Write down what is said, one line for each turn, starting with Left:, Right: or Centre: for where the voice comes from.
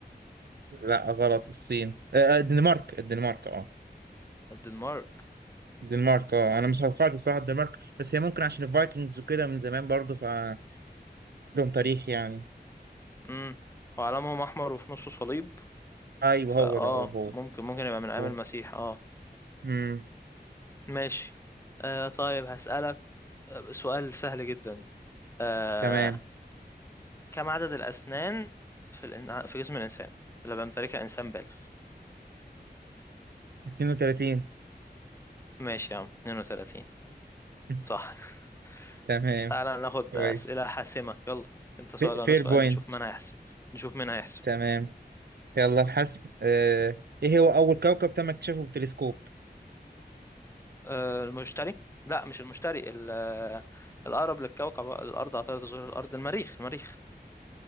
Right: لا غلط الصين آه آه، الدنمارك الدنمارك اه
Left: الدنمارك
Right: الدنمارك اه
Left: أه.
Right: انا مش هتوقعت بصراحة الدنمارك بس هي ممكن عشان الفايكنجز وكده من زمان برضو فعندهم تاريخ يعني
Left: امم وعلمهم احمر وفي نصه صليب
Right: ايوه
Left: فاه
Right: هو ده هو هو
Left: ممكن ممكن يبقى من ايام
Right: هو.
Left: المسيح اه
Right: امم
Left: ماشي آه طيب هسألك آه، سؤال سهل جدا آه
Right: تمام
Left: كم عدد الاسنان في الإن... في جسم الانسان اللي بيمتلكها انسان بالغ
Right: 32
Left: ماشي يا عم 32
Right: <laughs>
Left: صح <laughs>
Right: تمام
Left: تعالى ناخد
Right: كويس
Left: اسئله حاسمه يلا انت سؤال
Right: في- فير
Left: وانا سؤال
Right: بوينت
Left: نشوف مين هيحسب نشوف مين هيحسب
Right: تمام يلا الحسم آه، ايه هو اول كوكب تم اكتشافه بالتلسكوب
Left: آه المشتري لا مش المشتري ال- آه، الاقرب للكوكب الارض على طارة زهور الارض المريخ المريخ